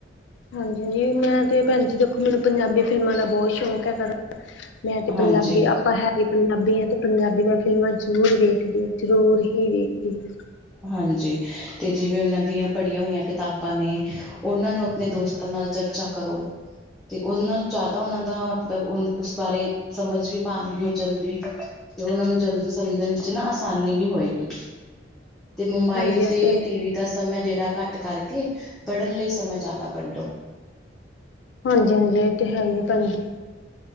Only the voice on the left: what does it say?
ਹਾਂਜੀ ਹਾਂਜੀ ਮੈਂ ਤੇ ਭੈਣ ਜੀ ਦੇਖੋ ਮੈਨੂੰ ਪੰਜਾਬੀ ਫਿਲਮਾਂ ਦਾ ਬਹੁਤ ਸ਼ੌਕ ਹੈਗਾ ਗਾ। <unintelligible> ਮੈਂ ਤੇ
ਪੰਜਾਬੀ ਆਪਾਂ ਹੈ ਜੇ ਪੰਜਾਬੀ ਆ ਤੇ ਪੰਜਾਬੀ ਮੈਂ ਫਿਲਮਾਂ ਜ਼ਰੂਰ ਵੇਖਦੀ ਹਾਂ ਜ਼ਰੂਰ ਹੀ ਵੇਖਦੀ ਹਾਂ।
ਹਾਂਜੀ ਇਹ
ਹਾਂਜੀ ਹਾਂਜੀ ਇਹ ਤੇ ਹੈ ਹੀ ਆ ਭੈਣਜੀ।